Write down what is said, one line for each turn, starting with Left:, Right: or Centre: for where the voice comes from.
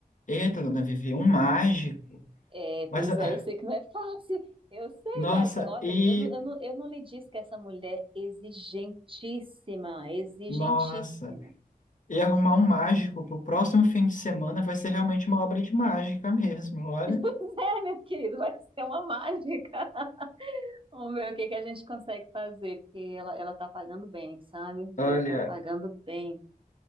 Left: Eita, dona Vivi, um mágico.
Right: É,
Left: Mas,
Right: pois
Left: ah,
Right: é, eu sei que não é fácil, eu sei,
Left: nossa,
Right: mas olha,
Left: e
Right: eu não, eu não, eu não lhe disse que essa mulher é exigentíssima, exigentíssima.
Left: Nossa,
Right: <laughs>
Left: e arrumar um mágico pro próximo fim de semana vai ser realmente uma obra de mágica mesmo, olha.
Right: Pois é, meu querido, vai ser uma mágica. Vamos ver o que que a gente consegue fazer, porque ela, ela tá pagando bem, sabe?
Left: Olha,
Right: Ela tá pagando bem.